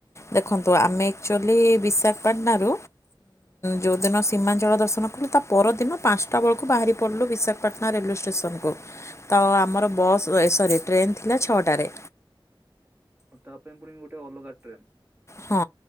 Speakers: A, on the left (about 30°); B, on the right (about 20°).
A: ଦେଖନ୍ତୁ ଆମେ ଆକ୍ଚୁଆଲି ବିଶାଖାପାଟଣାରୁ ଯେଉଁଦିନ ସୀମାଞ୍ଚଳ ଦର୍ଶନ କଲୁ ତା ପରଦିନ ପାଞ୍ଚଟା ବେଳକୁ ବାହାରି ପଡ଼ିଲୁ ବିଶାଖା ପାଟଣା ରେଲୱେ ଷ୍ଟେସନକୁ ତ
B: ଆଜ୍ଞା
A: ଆମର ବସ୍ ଏ ସରି ଟ୍ରେନ୍ ଥିଲା ଛଅଟାରେ।
B: ଆଉ ତା ପାଇଁ ପୁଣି ଗୋଟେ ଅଲଗା ଟ୍ରେନ
A: ହଁ